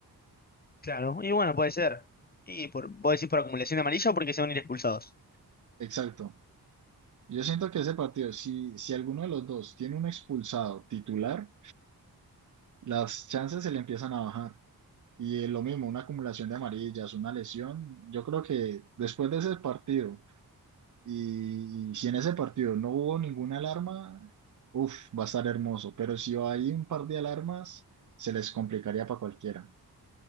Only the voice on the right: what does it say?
Exacto. Yo siento que ese partido, si, si alguno de los dos tiene un expulsado titular, las chances se le empiezan a bajar. Y eh, lo mismo, una acumulación de amarillas, una lesión. Yo creo que después de ese partido, y, y si en ese partido no hubo ninguna alarma, uff, va a estar hermoso. Pero si hay un par de alarmas, se les complicaría para cualquiera.